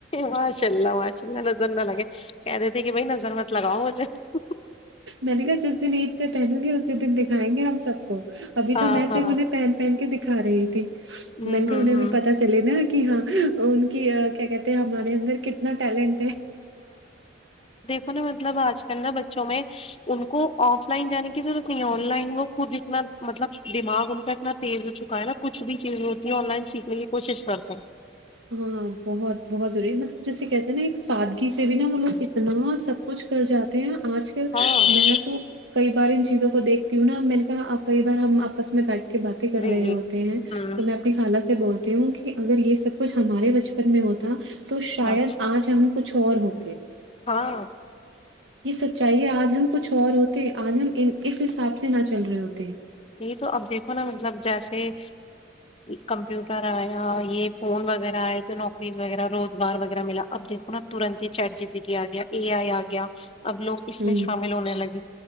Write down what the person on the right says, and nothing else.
منگا جس دن ا پ تینو بھی ا اس دیک <unintelligible> کھائیں گے ہم سب کو اب
تو میں
صرف انہیں پہن پہن کے دکھا <unintelligible> س رہے ت
م نے کہ
انہیں
بھی پتا چلے نا کہ ہاں ان کی کیا کہتے ہیں ہمارے اندر کتنا ٹیلنٹ ہے
ہاں بہت بہت ضروری ہے مطلب جیسے کہتے ہیں نا ایک سادگی سے بھی نا وہ لوگ اتنا سب کچھ کر جاتے ہیں آج کل
میں تو کئی بار ان چیزوں کو دیکھتی ہوں نا میں نے کہا کئی بار ہم آپس میں بیٹھ کے باتیں کر
رہے
ہوتے ہیں
تو میں اپنی خالہ سے بول ہوں کہ اگر یہ سب کچھ ہمارے بچپن میں ہوتا تو شاید
آج ہم کچھ اور ہوتے
یہ سچ چاہیے آج ہم کچھ اور ہوتے آج ہم اس حساب سے نہ چل رہے ہوتے
ہ